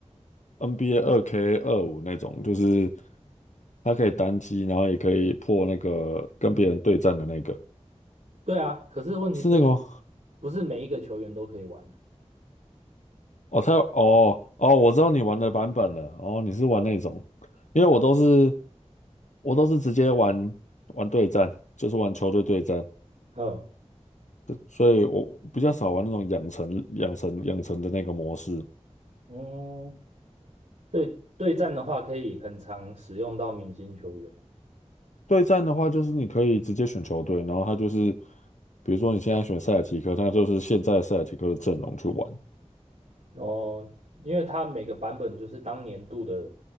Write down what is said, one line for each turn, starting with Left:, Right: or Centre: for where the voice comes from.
Left: NBA 二 k 二五那种，就是它可以单机，然后也可以破那个跟别人对战的那个，
Right: 对啊，可是问题是，
Left: 是那个吗？
Right: 不是每一个球员都可以玩？
Left: 哦，他有哦哦，我知道你玩的版本了。哦，你是玩那种，
Right: 嗯
Left: 因为我都是我都是直接玩玩对战，就是玩球队对战，
Right: 嗯
Left: 对所以我比较少玩那种养成养成养成的那个模式。
Right: 嗯，对对战的话，可以很常使用到明星球员嘛。
Left: 对战的话，就是你可以直接选球队，然后他就是，比如说你现在选塞尔提克，那就是现在塞尔提克的阵容去玩。
Right: 哦，因为它每个版本就是当年度的